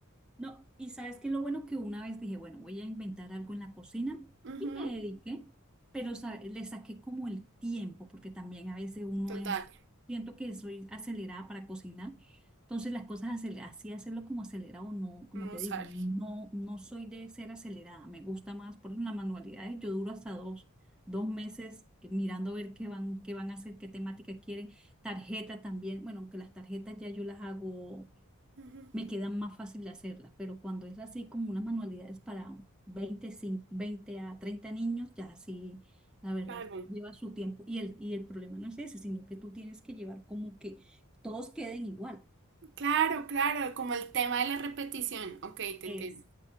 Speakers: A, in the centre; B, on the right (about 55°).
A: No, y sabes que lo bueno que una vez dije, bueno, voy a inventar algo en la cocina
B: Ujú,
A: y me dediqué, pero sa- le saqué como el tiempo, porque también a veces uno
B: total.
A: es, siento que soy acelerada para cocinar, entonces las cosas acele- así hacerlo como acelerado, no, como
B: no
A: te
B: sale.
A: digo, no, no soy de ser acelerada, me gusta más, por ejemplo, las manualidades, yo duro hasta dos, dos meses mirando ver qué van, qué van a hacer, qué temática quieren, tarjeta también, bueno, aunque las tarjetas ya yo las hago
B: Ujú.
A: me queda más fácil hacerlas, pero cuando es así como unas manualidades para veinte cin- 20 a 30 niños, ya sí, la verdad,
B: Claro,
A: lleva su tiempo. Y el, y el problema no es ese, sino que tú tienes que llevar como que todos queden igual.
B: claro, claro, como el tema de la repetición. Ok, te
A: Es.
B: entiendo.